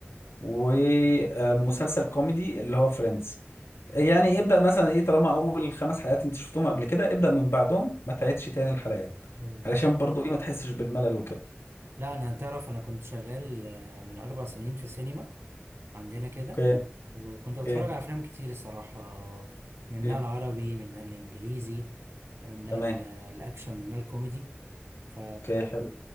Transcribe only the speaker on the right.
آه،
لا انا تعرف انا كنت شغال آه، من اربع سنين في سينما عندنا كده
وكنت بتفرج
على افلام كتير الصراحه منها
العربي منها الانجليزي منها
ال- الاكشن منها الكوميدي ف